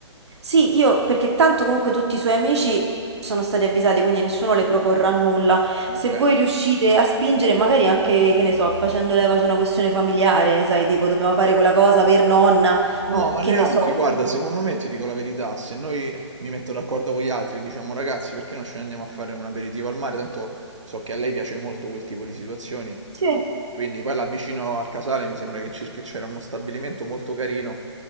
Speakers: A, on the right; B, on the right.
A: Sì, io perché tanto comunque tutti i suoi amici sono stati avvisati, quindi nessuno le proporrà nulla.
B: Ok.
A: Se voi riuscite a spingere, magari anche, che ne so, facendo leva su una questione familiare, sai, tipo dobbiamo fare quella cosa per nonna,
B: No,
A: mo,
B: ma
A: che
B: neanche,
A: ne so.
B: guarda, secondo me ti dico la verità, se noi mi metto d'accordo con gli altri e diciamo ragazzi, perché non ce ne andiamo a fare un aperitivo al mare? Tanto so che a lei piace molto quel tipo di situazioni
A: Sì.
B: Quindi poi là vicino al Casale mi sembra che ci- che c'era uno stabilimento molto carino